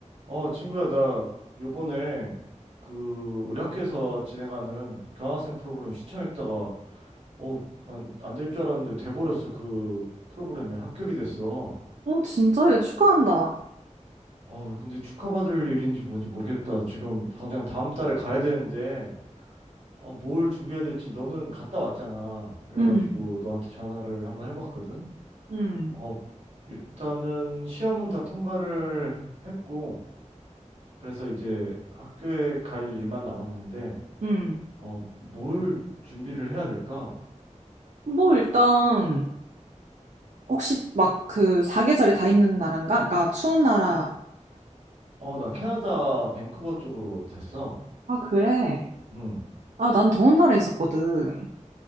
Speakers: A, on the right (about 60°); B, on the right (about 70°).
A: 어, 친구야, 나 요번에 그 우리 학교에서 진행하는 교환학생 프로그램 신청했다가 어, 난 안 될 줄 알았는데 돼버렸어. 그 프로그램에 합격이 됐어.
B: 어, 진짜? 요 축하한다.
A: 어, 근데 축하받을 일인지 뭔지 모르겠다. 지금 당장 다음 달에 가야 되는데 아, 뭘 준비해야 될지 너는 갔다 왔잖아. 그래가지고
B: 음,
A: 너한테 전화를 한번 해봤거든.
B: 음,
A: 어, 일단은 시험은 다 통과를 했고 그래서 이제 학교에 갈 일만 남았는데
B: 음.
A: 어, 뭘 준비를 해야 될까?
B: 뭐, 일단, 혹시 막 그 사계절이 다 있는 나라인가? 그러니까 추운 나라야?
A: 어, 나 캐나다 밴쿠버 쪽으로 됐어.
B: 아, 그래.
A: 응.
B: 아, 난 더운 나라에 있었거든.